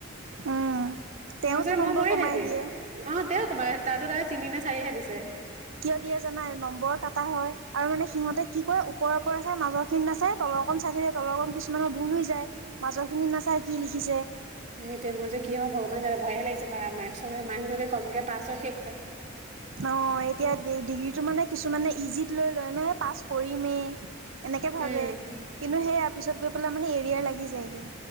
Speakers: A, on the right; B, on the right.
A: উম তেওঁতো
B: মই যে মই
A: নম্বৰ
B: মৰি
A: কমাই
B: থাকিম
A: দিয়ে।
B: অ তেওঁ কমাই তাতো ত তিনি নে চাৰিহে দিছে
A: কিয় দিয়ে জানা এই নম্বৰ কাটা হয় আৰু মানে সিহতে কি কয় ওপৰে - ওপৰে চাই মাজৰ খিনি নাচাই তল তলৰকন চাইে তলৰকন কিছুমানৰ ভুল হৈ যায় মাজৰখিনিত নাচায় কি লিখিছে
B: স মোৰ যে কি হ ভগৱান চ ভয়ে লাগিছে ম ম্ক ম্ক যদি কমকে পাছ হয় শেষ হয়
A: অ' এতিয়া ডিগ্ৰীটো মানে কিছুমানে ইজিত লৈ লয় ন পাছ কৰিমেই এনেকে
B: উম
A: ভাবে কিন্তু সেইয়া পিছত গৈ পেলাই মানে এৰিয়াাৰ লাগি যায়গে